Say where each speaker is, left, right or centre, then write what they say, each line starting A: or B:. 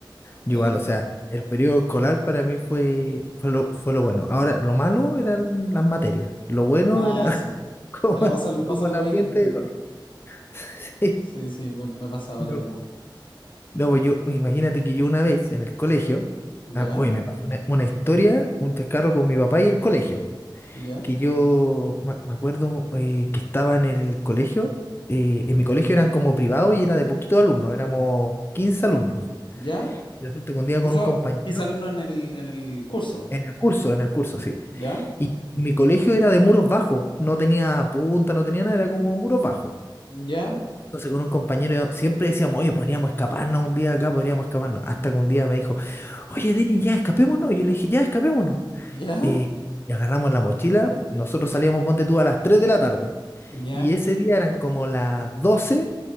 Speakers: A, on the left; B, on the left.
A: yo
B: La-
A: igual, o sea, el periodo escolar para mí fue, fue lo, fue lo bueno. Ahora, lo malo eran las materias, lo bueno
B: ah,
A: era
B: sí.
A: <laughs> como,
B: Era pasarlo, pasarlo
A: como el ambiente
B: bien. <laughs>
A: de colegio. <laughs> Sí,
B: Sí, sí, me, me pasaba
A: no.
B: lo mismo.
A: No, pues yo, pues imagínate que yo una vez en el colegio, ah,
B: ya,
A: oye, me pasó una, una historia, un chascarro con mi papá y el colegio,
B: ya,
A: que yo me me acuerdo eh, que estaba en el colegio, eh, en mi colegio eran como privados y era de poquitos alumnos, éramos 15 alumnos.
B: ya.
A: Y resulta que un día con
B: Eso,
A: un compañero,
B: 15 alumnos en el, en el curso.
A: en el curso, en el curso, sí.
B: Ya,
A: Y mi colegio era de muros bajos, no tenía punta, no tenía nada, era como muros bajos.
B: ya,
A: Entonces con un compañero siempre decíamos, oye, podríamos escaparnos un día acá, podríamos escaparnos. Hasta que un día me dijo, oye, Denis, ya escapémonos. Yo le dije, ya escapémonos.
B: ya,
A: Eh, y agarramos la mochila. Nosotros salíamos, ponte tú, a las 3 de la tarde.
B: ya,
A: Y ese día eran como las 12